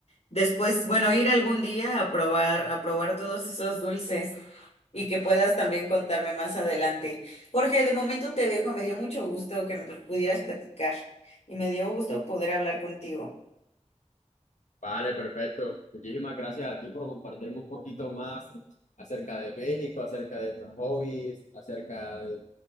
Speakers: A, on the left; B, on the left.
A: después, bueno, ir algún día a probar, a probar todos esos dulces y que puedas también contarme más adelante. Jorge, de momento te dejo, me dio mucho gusto que me pudieras platicar y me dio gusto poder hablar contigo.
B: Vale, perfecto. Muchísimas gracias a ti por compartirme un poquito más acerca de México, acerca de tus hobbies, acerca de